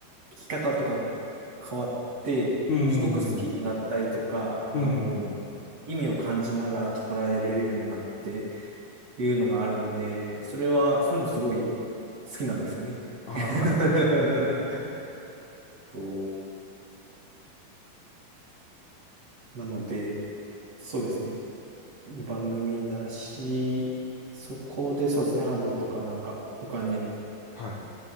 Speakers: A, on the right; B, on the left.
A: 聞き方とか変わって、
B: うーん、
A: すごく好きになったりとか、
B: う
A: あの、
B: ーん、
A: 意味を感じながら捉えれるようになって、いうのがあるので、それは、そういうのすごい好きなんですよね。
B: ああ、
A: <laughs>
B: はい、
A: そう。なので、そうですね。いい番組だし、そこでそうですね、アドとかなんか、他にも
B: はい、